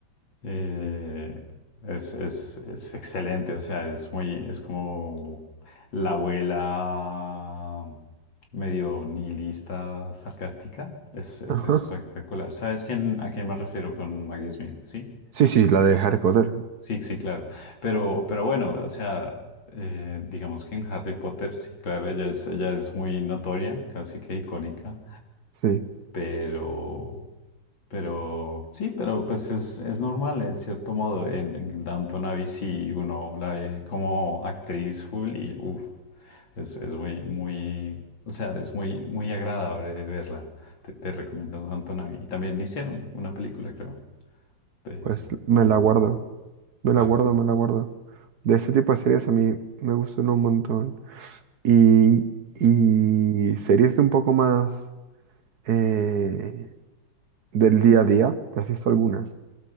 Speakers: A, on the left; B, on the right.
A: eh, es, es- es excelente. O sea, es muy, es como la abuela medio nihilista, sarcástica. Es, es
B: ajá.
A: espectacular. ¿Sabes quién, a quién me refiero con Maggie Smith? Sí,
B: Sí, sí, la de Harry Potter.
A: sí, sí, claro. Pero, pero bueno, o sea, eh, digamos que en Harry Potter, sí, claro, ella es, ella es muy notoria, casi que icónica
B: Sí,
A: pero, pero sí, pero pues es, es normal en cierto modo. En, en Downton Abbey sí uno la ve como actriz full y uff, es, es muy, muy, o sea, es muy, muy agradable verla. Te, te recomiendo Downton Abbey. Y también hicieron una película, creo, de-
B: pues me
A: con,
B: la guardo, me
A: claro,
B: la guardo, me la guardo. De ese tipo de series a mí me gustan un montón. Y, y series de un poco más... eh, del día a día? ¿Te has visto alguna?